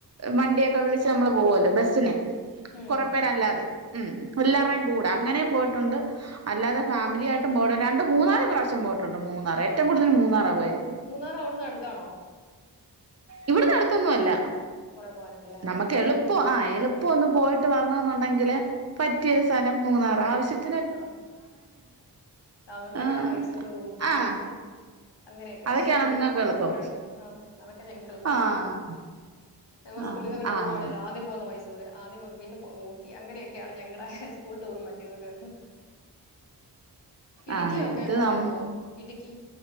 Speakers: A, on the right (about 40°); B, on the left (about 80°).
A: വണ്ടിയൊക്കെ വിളിച്ച് നമ്മള് പോവുമല്ലോ ബസ്സിന്
B: ഉം
A: കൊറെ പേരല്ലാതെ ഉം എല്ലാരുടെയും കൂടെ അങ്ങനെയും പോയിട്ടുണ്ട് അല്ലാതെ ഫാമിലി ആയിട്ടും പോയിട്ടുണ്ട് രണ്ട് മൂന്നാല് പ്രാവശ്യം പോയിട്ടുണ്ട് മൂന്നാർ ഏറ്റവും കൂടുതൽ മൂന്നാറാ പോയെക്കുന്നെ
B: മൂന്നാറ് അവിടെ നിന്ന് അടുത്താണോ
A: ഇവിടെനിന്ന് അടുത്തൊന്നും അല്ല
B: കുറെ പോകാനുണ്ടല്ലേ
A: നമ്മുക്ക് എളു പ്പം ആഹ് എളുപ്പം ഒന്ന് പോയിട്ട് വരണമെന്നുണ്ടെങ്കിൽ പറ്റിയ ഒരു സ്ഥലം മൂന്നാറാ ആവശ്യത്തി
B: ആഹ് നമുക്ക്
A: ആഹ്
B: ഇവിടെ മൈസൂർ ഊട്ടി
A: ആഹ്
B: അങ്ങനെയൊക്കെ
A: അതൊക്കെയാണോ
B: മൂന്നാറൊക്കെ
A: നിങ്ങൾക്ക് എളുപ്പം
B: ഇവിടുന്ന് കുറേയുണ്ട് ആഹ് അതൊക്കെ ഞങ്ങൾക്ക് എളുപ്പ
A: ആഹ്
B: ഞങ്ങൾ സ്കൂളിൽ
A: ആഹ്
B: നിന്നൊക്കെ ടൂർ
A: ആഹ്
B: പോവാണെങ്കി ആദ്യം പോവുന്നത് മൈസൂ സൂര് ആദ്യം പോകുന്നെ പിന്നെ പോന്ന ഊട്ടി അങ്ങനെയൊക്കെയാണ് ഞങ്ങളുടെ സ്കൂൾ ടൂറും മറ്റേതും ഒക്കെ വരുന്നത് ഇടുക്കിയൊക്കെ
A: ആഹ് ഇത്
B: പോവാറുണ്ടോ
A: നം
B: ഇടുക്കി